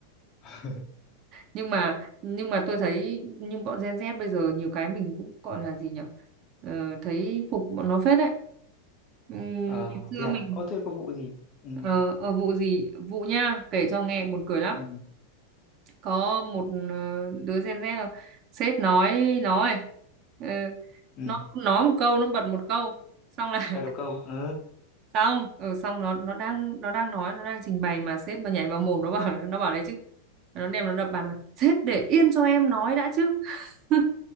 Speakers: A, on the left (about 35°); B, on the right (about 35°).
A: <laughs>
B: nhưng mà nhưng mà tôi thấy nhưng bọn Gen Z bây giờ nhiều cái mình cũng gọi là gì nhở? Ờ, thấy phục bọn nó phết đấy Ừm,
A: Ờ,
B: ngày xưa
A: thế à?
B: mình
A: Ô thế có vụ gì? Ừ,
B: Ờ, ờ, vụ gì vụ nha kể cho nghe buồn cười lắm
A: ừ,
B: có một ờ, đứa Gen Z là sếp nói nói ờ,
A: ừ.
B: nó nói một câu nó bật một câu xong là
A: Bà đầu câu. Ừ.
B: xong ừ, xong nó nó đang nó đang nói nó đang trình bày mà sếp mà nhảy vào mồm nó bảo nó bảo này chứ nó đem nó đập bàn là sếp để yên cho em nói đã chứ <laughs>